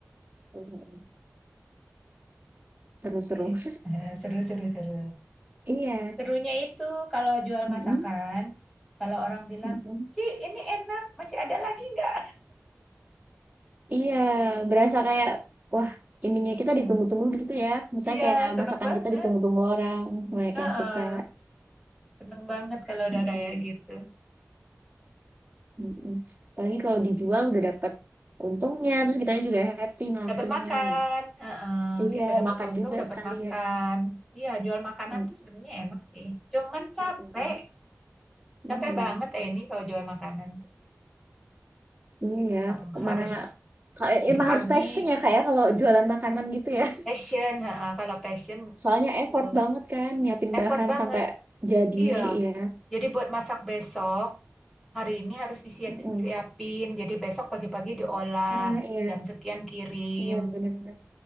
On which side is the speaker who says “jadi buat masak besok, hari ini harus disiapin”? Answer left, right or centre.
Centre